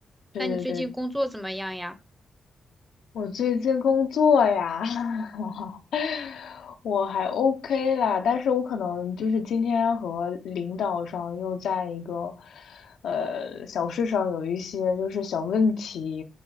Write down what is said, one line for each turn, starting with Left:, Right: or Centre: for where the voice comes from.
Left: 对对对，
Centre: 那你最近工作怎么样呀？
Left: 我最近工作呀，<laughs> 我还 OK 啦，但是我可能就是今天和领导上又在一个呃小事上有一些就是小问题，